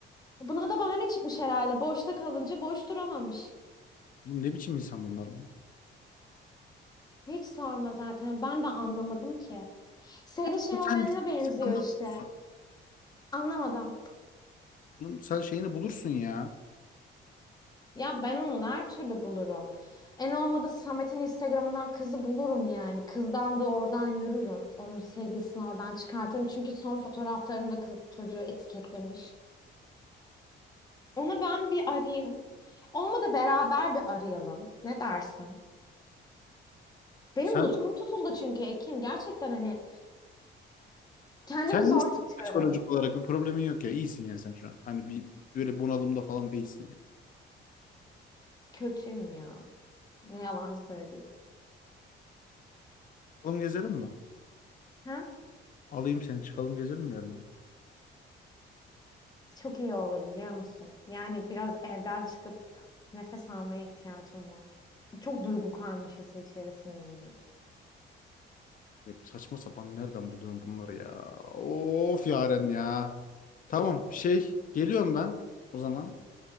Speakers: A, on the left; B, on the left.
A: Buna da bahane çıkmış herhalde. Boşta kalınca boş duramamış.
B: Oğlum ne biçim insan bunlar lan?
A: Hiç sorma zaten ben de anlamadım ki. Senin şey
B: Dur
A: olayına
B: Sen
A: benziyor
B: Instagram'dan
A: işte.
B: bulursun.
A: Anlamadım.
B: Bunun, sen şeyini bulursun ya.
A: Ya ben onu her türlü bulurum. En olmadı Samet'in Instagram'ından kızı bulurum yani. Kızdan da oradan yürürüm. Onun sevgilisini oradan çıkartırım. Çünkü son fotoğraflarında kız çocuğu etiketlemiş. Onu ben bir arayayım. Olmadı beraber bir arayalım. Ne dersin? Benim
B: Sen
A: nutkum tutuldu çünkü Ekin. Gerçekten hani kendimi
B: sen
A: zor
B: iyisin
A: tutuyorum.
B: psikolojik olarak bir problemin yok ya. İyisin yani sen şu an. Hani bir böyle bunalımda falan değilsin ya.
A: Kötüyüm ya. Ne yalan söyleyeyim.
B: Oğlum gezelim mi?
A: Ha?
B: Alayım seni çıkalım gezelim bir yerden.
A: Çok iyi olur biliyor musun? Yani biraz evden çıkıp nefes almaya ihtiyacım var. Çok duygu karmaşası içerisindeyim ya.
B: Hep saçma sapan nereden buluyorum bunları ya? Of Yaren ya. Tamam şey geliyorum ben o zaman.